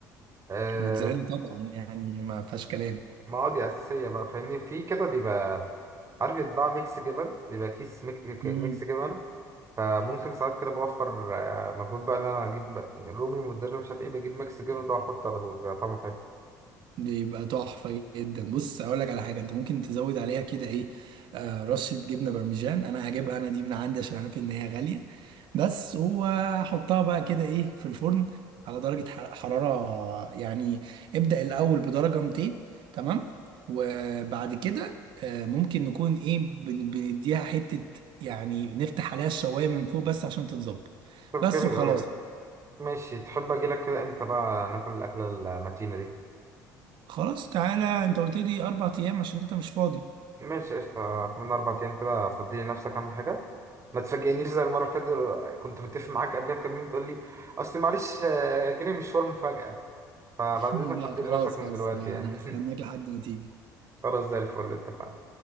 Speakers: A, on the right; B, on the right.
A: آه
B: موتزاريلا طبعا يعني ما فيهاش كلام
A: ما هو دي أساسية بقى فاهمني في كده بيبقى عارف يتباع ميكس جبن بيبقى كيس ميك- ميك-
B: امم
A: ميكس جبن فممكن ساعات كده بوفر آه، مجهود بقى إن أنا أجيب بقى رومي ومدرب مش عارف إيه بجيب ميكس جبن ده وأحطه على طول بيبقى طعمه حلو
B: بيبقى تحفة جدا بص هقول لك على حاجة انت ممكن تزود عليها كده ايه آه رشة جبنة برمجان انا هجيبها انا دي من عندي عشان عارف ان هي غالية بس وحطها بقى كده ايه في الفرن على درجة ح- حرارة يعني ابدأ الاول بدرجة 200 تمام وبعد كده آه ممكن نكون ايه بن- بنديها حتة يعني نفتح عليها الشواية من فوق بس عشان تتظبط
A: طب
B: بس
A: جامد
B: وخلاص
A: أوي ماشي تحب أجيلك كده إمتى بقى ناكل الأكلة المتينة دي
B: خلاص تعالى انت قلت لي اربع ايام عشان انت مش فاضي
A: ماشي قشطة كمان أربع أيام كده فضي لنفسك أهم حاجة ما تفاجئنيش زي المرة اللي فاتت كنت متفق معاك قبلها بكام يوم تقول لي أصل معلش آه، جالي مشوار مفاجأة فبعد
B: <laughs>
A: إذنك
B: لا
A: فضي
B: خلاص
A: لنفسك
B: خلاص
A: من دلوقتي
B: ده
A: يعني
B: انا هستناك
A: <laughs>
B: لحد ما تيجي
A: خلاص زي الفل اتفقنا